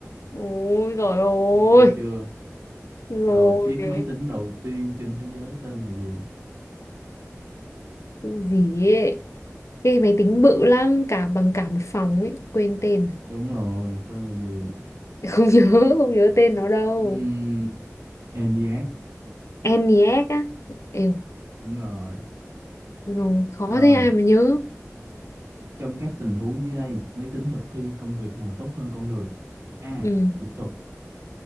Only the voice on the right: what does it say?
ok
chưa
rồi chiếc
máy tính đầu tiên trên thế giới tên là gì
đúng rồi tên là gì
Ừm, ENIAC
đúng rồi
rồi
Trong các tình huống dưới đây, máy tính thực thi công việc nào tốt hơn con người? A.
Dịch thuật